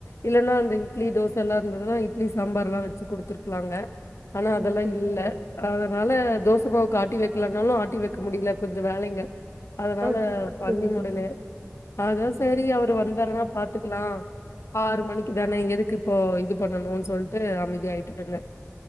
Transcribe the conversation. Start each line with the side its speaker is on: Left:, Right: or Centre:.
Left: இல்லேன்னா அந்த இட்லி தோசெல்லா இருந்ததுன்னா இட்லி சாம்பார் எல்லாம் வெச்சு குடுத்துருக்கலாங்க ஆனா அதெல்லா
Right: ம் செரிங்க
Left: இல்ல
Right: தோழி
Left: அதனால தோச மாவுக்கு ஆட்டி வெக்கலனாலு ஆட்டி வெக் இருக்க முடியல கொஞ்சே வேலைங்க அதனால
Right: ஆ
Left: பண்ணி
Right: செரிங்க
Left: முடியல
Right: தோழி
Left: அதா சேரி அவரு வந்தருனா பாத்துக்கலா ஆறு மணிக்கு தானே எதுக்கு இப்போ இது பண்ணணு சொல்ட்டு அமைதி ஆயிட்டுக்கங்க